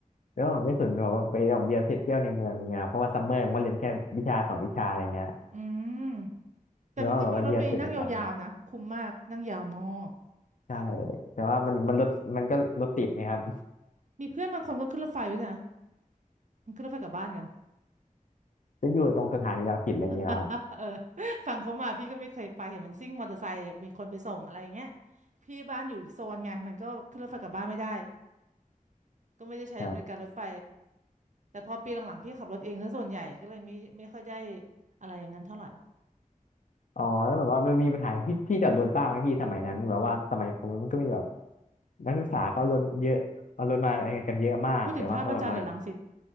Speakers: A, on the left (about 65°); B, on the right (about 60°).
A: แล้วผมไม่สนหรอกว่าไปโรงเรียนเสร็จเที่ยวในเมืองนี้ครับเพราะว่าซัมเมอร์ผมก็เรียนแค่วิชาสองวิชาอะไรเงี้ย
B: อืมแต่มันก็มีรถเมล์นั่งยาวๆนะคุ้มมากนั่งยาวมาก
A: เรียกว่าแบบว่าเรียนศิลปกรรมใช่แต่ว่ามันมันรถมันก็รถติดไงครับ
B: มีเพื่อนบางคนก็ขึ้นรถไฟด้วยนะมันขึ้นรถไฟกลับบ้านกัน
A: จะอยู่ตรงสถานีรังสิตอะไรอย่างเงี้ยเหรอครับ
B: <laughs> เออฝั่งเขามาพี่ก็ไม่เคยไปเห็นมันซิ่งมอเตอร์ไซค์มีคนไปส่งอะไรอย่างเงี้ยพี่บ้านอยู่อีกโซนไงมันก็ขึ้นรถไฟกลับบ้านไม่ได้ก็ไม่ได้ใช้บริการรถไฟ
A: ครับ
B: แต่พอปีหลังๆพี่ขับรถเองซะส่วนใหญ่ก็เลยไม่ไม่ค่อยได้อะไรอย่างนั้นเท่าไหร่
A: อ๋อแล้วแบบว่ามันมีปัญหาที่ที่จอดรถบ้างไหมพี่สมัยนั้นแบบว่าสมัยผมมันก็มีแบบนักศึกษาก็รถเยอะเอารถมากันเยอะมากแต่ว่าก็แบบว่า
B: พูดถึงท่าพระจันทร์หรือรังสิต